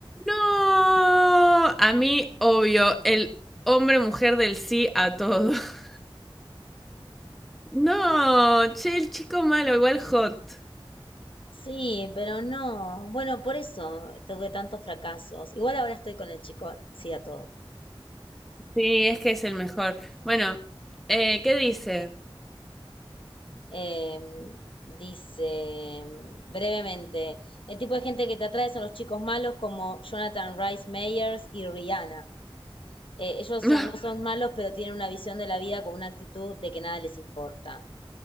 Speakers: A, in the centre; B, on the left.
A: No, a mí, obvio, el hombre-mujer del sí a todo. <laughs> No, che, el chico malo, igual hot.
B: Sí, pero no. Bueno, por eso tuve tantos fracasos. Igual ahora estoy con el chico, sí a todo.
A: Sí, es que es el mejor. Bueno, eh, ¿qué dice?
B: Em, dice brevemente, el tipo de gente que te atrae son los chicos malos como Jonathan Rice Meyers y Rihanna. Eh, ellos
A: <laughs>
B: son- no son malos, pero tienen una visión de la vida con una actitud de que nada les importa.